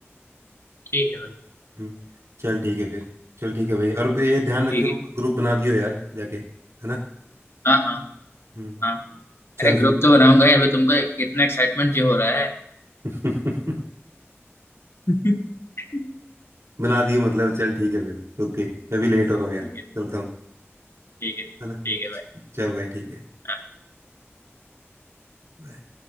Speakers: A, on the left; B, on the right.
A: ठीक है भाई
B: हम्म चल ठीक है फिर चल ठीक है भाई और ये ध्यान रखियो
A: ठीक है
B: ग्रुप बना दियो यार जाके है ना
A: हाँ हाँ
B: हम्म
A: हाँ
B: चल
A: अरे ग्रुप तो बनाऊंगा ही अभी तुमको इतना एक्साइटमेंट जो हो रहा है
B: फिर <laughs>
A: <laughs> ठीक
B: बना दियो मतलब चल ठीक है फिर ओके मैं भी लेट हो रहा हूँ यार
A: है
B: चलता हूँ
A: ठीक है ठीक
B: है ना
A: है भाई
B: चल भाई ठीक है
A: हाँ
B: Bye.